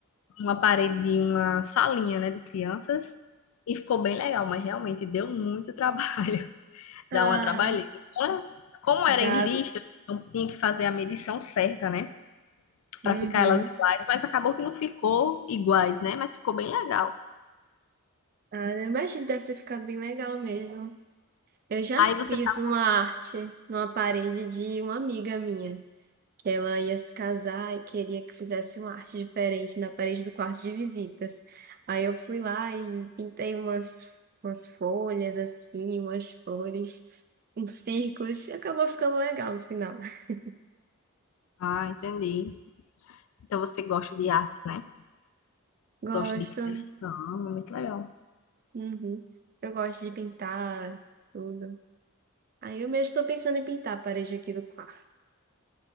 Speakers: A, on the left; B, on the right.
A: uma parede de uma salinha, né, de crianças. E ficou bem legal, mas realmente deu muito trabalho, <laughs> dá
B: Ah,
A: uma trabalheira. Fora, Como
B: dá.
A: era em lista, então tinha que fazer a medição certa, né, Pra
B: Uhum.
A: ficar elas iguais, mas acabou que não ficou iguais, né, mas ficou bem legal.
B: Ah, eu imagino que deve ter ficado bem legal mesmo. Eu já
A: Aí
B: fiz
A: você tá,
B: uma arte numa parede de uma amiga minha, que ela ia se casar e queria que fizesse uma arte diferente na parede do quarto de visitas. Aí eu fui lá e pintei umas, umas folhas assim, umas flores, uns círculos. Acabou ficando legal no final. <laughs>
A: ah, entendi. Então você gosta de artes, né?
B: Gosto.
A: Gosta de criação, muito legal.
B: Uhum. Eu gosto de pintar tudo. Aí eu mesmo estou pensando em pintar a parede aqui do quarto.